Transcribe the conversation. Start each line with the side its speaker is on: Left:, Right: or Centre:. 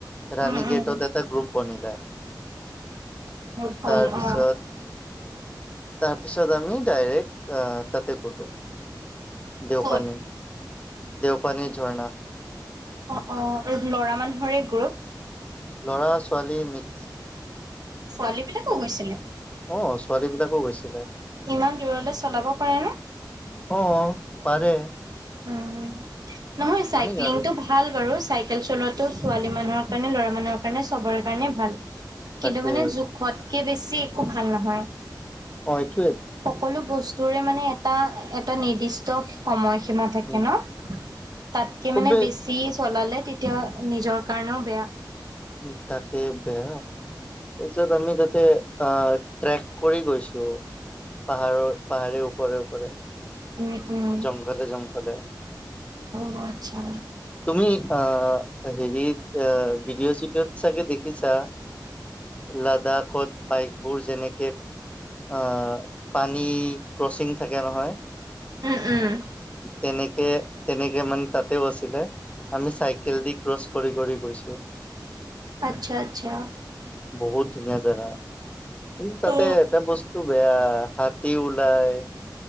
Left: ৰাণী
Right: উম, উম,
Left: গেটত এটা গ্ৰুপ বনিলে
Right: অ' হয়
Left: তাৰপিছত
Right: অ।
Left: তাৰপিছত আমি ডাইৰেক্ট আহ তাতে গলো দেৱপানী
Right: ক'ত?
Left: দেৱপানী ঝৰণা
Right: অ অ ল'ৰা মানুহৰে গ্ৰুপ,
Left: লৰা ছোৱালী নিক-
Right: ছোৱালী বিলাকো গৈছিলে
Left: অ ছোৱালী বিলাকো গৈছিলে
Right: ইমান দূৰলে চলাব পাৰে নে
Left: অ' পাৰে।
Right: উ নহয় চাইক্লিংটো
Left: মানে সিহঁতে
Right: ভাল বাৰু চাই- চাইকেল চলোৱাটো ছোৱালী মানুহৰ কাৰণে ল'ৰা মানুহৰ কাৰণে চবৰে কাৰণে ভাল।
Left: তাকে
Right: কিন্তু মানে জোখতকে বেছি একো ভাল নহয়
Left: অ এইটো
Right: সকলো বস্তুৰে মানে এটা, এটা নিৰ্দিষ্ট সময়সীমা থাকে
Left: উম
Right: ন তাতকে
Left: খুবেই
Right: মানে বেছি চলালে তেতিয়া নিজৰ কাৰণেও বেয়া
Left: উ তাকে বেয়া তাৰপিছত আমি তাতে আহ ট্ৰেক কৰি গৈছো পাহাৰৰ পাহাৰে ওপৰে ওপৰে
Right: উম উম
Left: জংঘলে জংঘলে।
Right: অ আচ্ছা
Left: তুমি অ হেৰিত ভিডিঅ' চিডিঅত চাগে দেখিছা লাডাখত বাইকবোৰ যেনেকে আ পানী ক্ৰচিং থাকে নহয়,
Right: উম উম
Left: তেনেকৈ তেনেকে মানে তাতেও আছিলে আমি চাইকেল দি ক্ৰছ কৰি কৰি গৈছোঁ
Right: আচ্ছা আচ্ছা
Left: বহুত ধুনীয়া জেগা কিন্তু তাতে
Right: অ
Left: এটা বস্তু বেয়া হাতী ওলাই